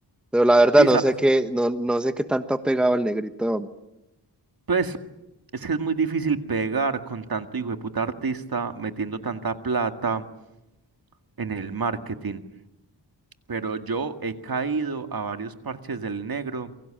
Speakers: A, in the centre; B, on the right.
A: pero la verdad
B: Sí,
A: no
B: sabes,
A: sé qué, no, no sé qué tanto ha pegado el negrito.
B: Pues es que es muy difícil pegar con tanto hijo de puta artista metiendo tanta plata en el marketing. Pero yo he caído a varios parches del negro